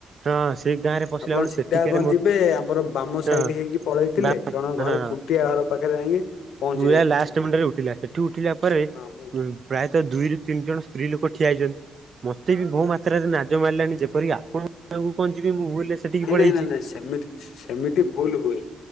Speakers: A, on the right; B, on the left.
A: ହଁ ସେଇ ଗାଁ ରେ ପଶିଲା
B: ଆପଣ
A: ବେଳୁ
B: ସିଧା
A: ସେଠିକାରେ
B: କ
A: ମୋ
B: ଯିବେ ଆମର ବାମ
A: ହଁ
B: ସାଇଡ ହେଇକି ପଳେଇ ଥିଲେ
A: ବା
B: ଜଣ ଘରେ
A: ହଁ।
B: ଖୁଣ୍ଟିଆ ଘର ପାଖରେ ଯାଇକି ପହଞ୍ଚି
A: ପୁରା
B: ଯାଇଥିଲେ।
A: ଲାଷ୍ଟ ମୁଣ୍ଡରେ ଉଠିଲା ସେଠି ଉଠିଲା ପରେ
B: ମୁଁ
A: ପ୍ରାୟତଃ ଦୁଇରୁ ତିନି ଜଣ ସ୍ତ୍ରୀ ଲୋକ ଠିଆ ହେଇଛନ୍ତି ମତେ ବି ବହୁ ମାତ୍ରାରେ ନାଜ ମାରିଲାଣି, ଯେପରିକି ଆପଣଙ୍କକୁ ପାଖକୁ କଣ ଯିବି ମୁଁ ଭୁଲରେ ସେଠିକି
B: ନାଇଁ
A: ପଳେଇଛି।
B: ନାଇଁ ନାଇଁ ନାଇଁ ସେମିତି ସେମିତି ଭୁଲ ହୁଏ।